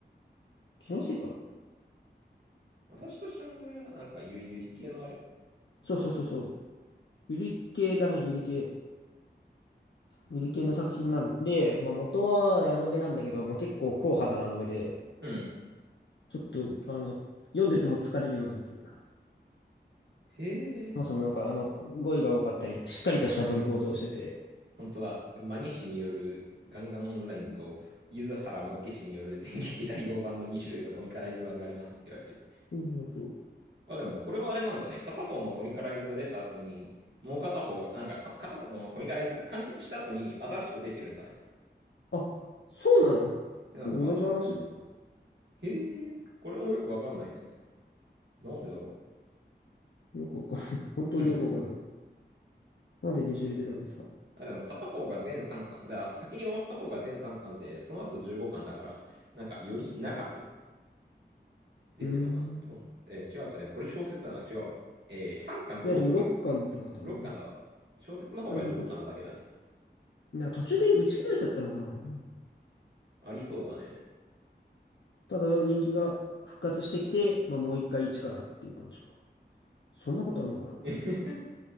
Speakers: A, on the left; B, on the right.
A: 気のせいかな。
B: 私と島村、なんかゆ、ゆり系のあれ
A: そうそうそうそう。
B: どうなの
A: ゆり系だね、ゆり系。ゆり系の作品なんで、まあ元はラノベなんだけど、まあ結構硬派なラノベで、
B: うん。
A: ちょっと、あの、読んでても疲れるようなやつ。
B: へ
A: そもそもなんか、
B: え。
A: あの、語彙が多かったり、しっかりとした文構造をしてて、
B: 本当だ。マニ氏によるガンガンオンラインと、柚子原モケ氏による <laughs> 電撃大王版の2種類のコミカライズ版がありますって言われてる。
A: そうそうそう。
B: まあ、でもこれはあれなんだね。片方のコミカライズが出た後に、もう片方が、なんかか片方のコミカライズが完結した後に新しく出てるんだね。
A: あ、そうなのでも同じ話だよ。
B: なんか、へえ、これもよくわかんないね。なんでだろ
A: よくわかんない。<laughs> 本当によくわかんない。
B: う。<laughs>
A: なんで2種類出たんですか
B: あ、でも片方が全3巻。だから先に終わった方が全3巻で、その後15巻だから、なんかより長く出てんのかなどんえー違うか。
A: うーん。
B: でもこれ小説だな。違うわ。えー、3巻と6巻かんか。
A: いや、でも6巻って書いてあるな。
B: 6巻だわ。小説の方が15巻なだけだね。
A: だいぶこっち。いや、途中で打ち切られちゃったのかな。うん
B: ありそうだね。
A: ただ、人気が復活してきて、まあ、もう一回一からっていう感じか。そんなことあんのかな。
B: <laughs>